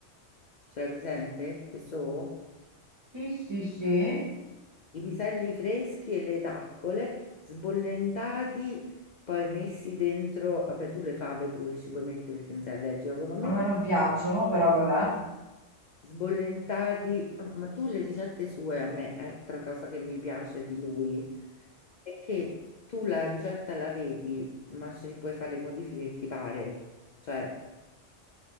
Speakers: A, on the left; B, on the right.
A: ce l'hai presente? Che so?
B: Sì, sì, sì,
A: I piselli freschi e le taccole sbollentati, poi messi dentro, vabbè tu le fave pure ci puoi mettere perché non sei allergica come me,
B: ma a me non piacciono, però vabbè.
A: Sbollentati, ma ma tu le ricette sue a me, è altra cosa che mi piace di lui, è che tu la ricetta la vedi, ma ci puoi fare le modifiche che ti pare, cioè